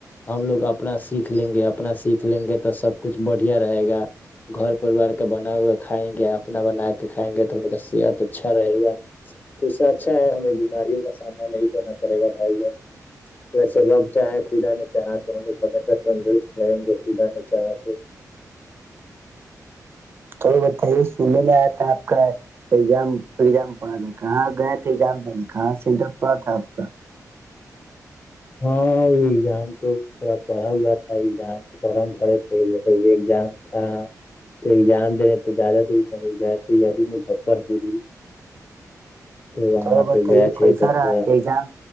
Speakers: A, on the left; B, on the right.
A: ہم لوگ اپنا سیکھ لیں گے اپنا سیکھ لیں گے تو سب کچھ <unintelligible> بڑھیا رہے گا گھر پریوار کا بن <unintelligible> ب کھائیں گے اپنا بنا کے کھائیں گے تو ان کا صحت اچھا رہے گا ایسا اچھا ہے ہمیں بیماریوں کا سامنا نہیں کرنا پڑے گا بھائی ج ویسے <unintelligible> چاہائے خدا نے چاہا <unintelligible> تو ہم لوگ ہمیشہ تندرست رہیں گے سد نے چاہا تو <unintelligible>
B: اور بتائیے سننے میں آیا تھا آپ کا ایزام ایزام پڑ کہاں گئے تھے ایگام د کہاں سینٹر پڑا تھا آپ کا <unintelligible>
A: ہاں ایگزام تو تھوڑا پڑا ہوا تھا ایگزام فارم بھرے تھے وہ تو ایگزام تھا تو ایگزام دینے تو زیادہ دور نہیں گئے تھے یہی مظفر پوری <unintelligible> وہاں
B: تو بتائیے
A: پہ گئے تھے
B: کئیسا
A: تو
B: رہا
A: تھوڑا
B: ایزام